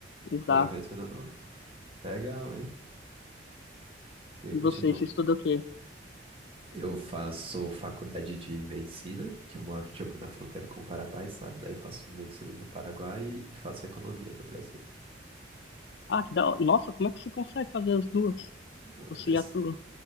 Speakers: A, on the left; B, on the right.
A: Exato.
B: pro evento final do ano. Legal, hein? E aí
A: E
B: continua.
A: você, você estuda o quê?
B: Eu faço faculdade de medicina, que eu moro, tipo, na fronteira com o Paraguai, sabe? Daí faço medicina do Paraguai e faço economia do Brasil.
A: Ah, que da hora. Nossa, como é que você consegue fazer as duas?
B: Mano,
A: Você
B: É,
A: e
B: s-
A: a tua.